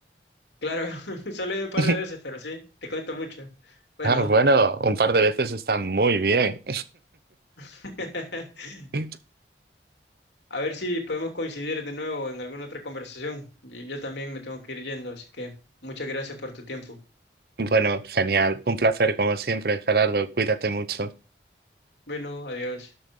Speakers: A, on the left (about 80°); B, on the right (about 55°).
A: claro, <laughs> solo he ido un par
B: <laughs>
A: de veces, pero sí, te cuento mucho. Bueno,
B: Ah, bueno, un par de veces está muy bien.
A: <laughs>
B: <laughs>
A: a ver si podemos coincidir de nuevo en alguna otra conversación. Y Yo también me tengo que ir yendo, así que muchas gracias por tu tiempo.
B: Bueno, genial. Un placer, como siempre, Gerardo. Cuídate mucho.
A: Bueno, adiós.